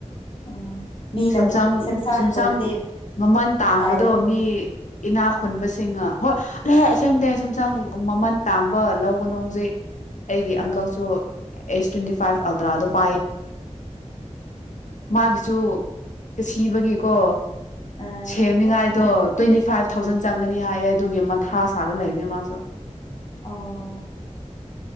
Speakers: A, on the left; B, on the left.
A: ꯎꯝ ꯃꯤꯅꯕꯨ
B: ꯁꯦꯝꯁꯪ
A: ꯁꯦꯝꯁꯪꯒꯨꯝꯕꯗꯤ
B: ꯁꯦꯝꯁꯪ ꯃꯃꯜ ꯇꯥꯡꯕꯗꯣ
A: ꯄꯥꯏꯒꯅꯨ
B: ꯃꯤ ꯏꯅꯥꯛ ꯈꯨꯟꯕꯁꯤꯡꯒ ꯍꯣꯏ ꯑꯁꯦꯡꯕꯗꯤ ꯁꯝ ꯁꯝ ꯃꯃꯟ ꯇꯥꯡꯕ ꯂꯧꯒꯅꯨ ꯍꯧꯖꯤꯛ ꯑꯩꯒꯤ
A: ꯎꯝ
B: ꯑꯪꯀꯜꯁꯨ ꯑꯦꯁ ꯇ꯭ꯋꯦꯟꯇꯤ ꯐꯥꯏꯚ ꯑꯜꯇ꯭ꯔꯥꯗꯣ ꯄꯥꯏꯌꯦ ꯃꯥꯒꯤꯁꯨ ꯁꯤꯕꯒꯤꯀꯣ
A: ꯎꯝ
B: ꯁꯦꯃꯤꯒꯥꯏꯗꯣ ꯇ꯭ꯋꯦꯟꯇꯤ ꯐꯥꯏꯚ ꯊꯥꯎꯖꯟ ꯆꯪꯒꯅꯤ ꯍꯥꯏꯌꯦ ꯑꯗꯨꯒꯤ ꯃꯊꯥ ꯁꯥꯗ ꯂꯩꯕꯅꯤ ꯃꯥꯁꯨ
A: ꯑꯣ